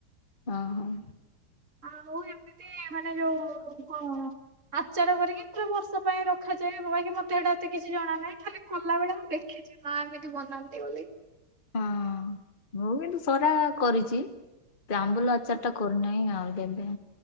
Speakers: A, on the left; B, on the right.
A: ହଁ ହଁ।
B: ଆଉ ଏମିତି ମାନେ ଯୋଉ କଣ ଆଚାର କରିକି ପୁରା ବର୍ଷ ପାଇଁ ରଖାଯାଏ ବାକି ମତେ ଏଇଟା ଏତେ କିଛି ଜଣ ନାହିଁ ଖାଲି କଲା ବଳେ ମୁଁ ଦେଖିଚି ମା ଏମିତି ବନାନ୍ତି ବୋଲି।
A: ହଁ ମୁଁ କିନ୍ତୁ ସରା କରିଚି। ସେ ଆମ୍ବୁଲ
B: ହୁଁ
A: ଆଚାର
B: ହୁଁ।
A: ଟା କରିନାଇଁ ଆଉ। ତ କେବେ